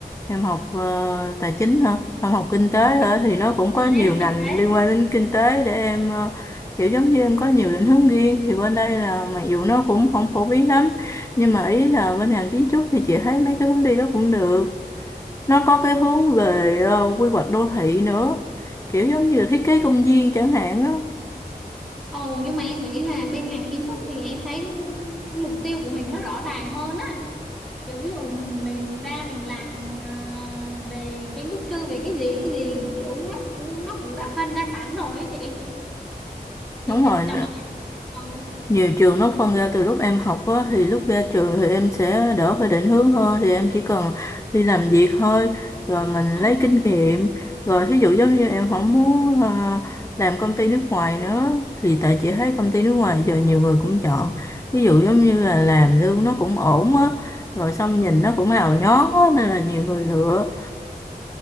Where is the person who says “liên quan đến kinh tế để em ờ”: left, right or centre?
Left